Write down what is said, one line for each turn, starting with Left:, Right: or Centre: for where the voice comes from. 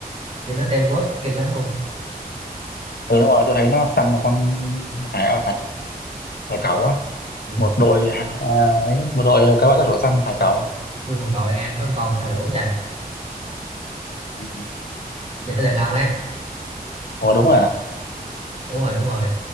Right: kiểu nó teamwork kinh lắm luôn
Left: ừ đúng rồi tôi thấy nó săn một con hải hải hải cẩu á
Right: ừ.
Left: một đội à, ấy, một đội cá bạc sát thủ săn hải cẩu
Right: nguyên một đội ăn con con sao đủ trời
Left: Ừ.
Right: giờ tới lượt ông ấy
Left: ủa đúng rồi à
Right: đúng rồi đúng rồi